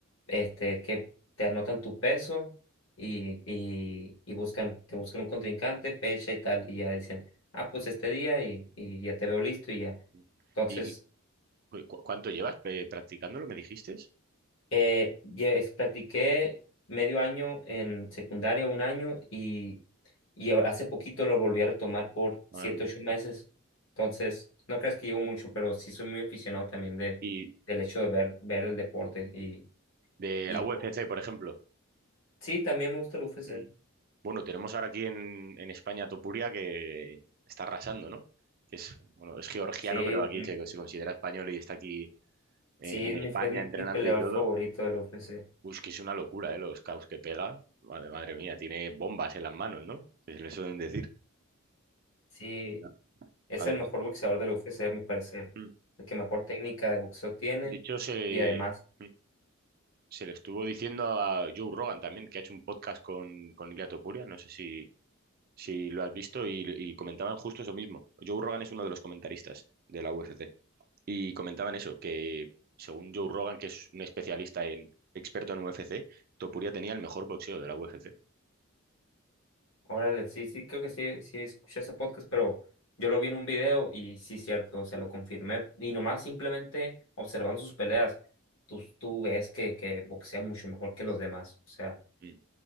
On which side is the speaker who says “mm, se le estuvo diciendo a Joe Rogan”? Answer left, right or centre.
Right